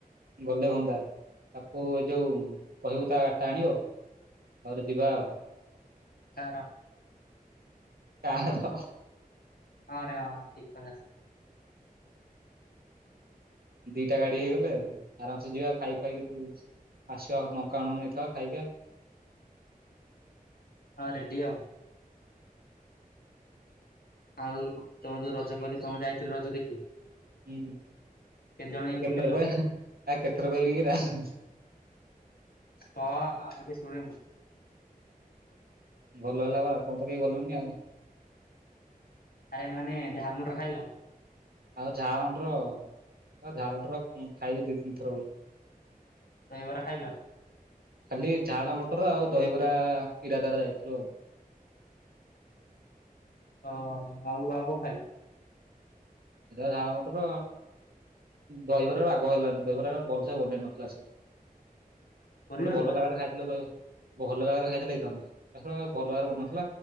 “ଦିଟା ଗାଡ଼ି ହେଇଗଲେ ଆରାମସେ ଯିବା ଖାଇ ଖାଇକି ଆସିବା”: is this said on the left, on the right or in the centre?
Right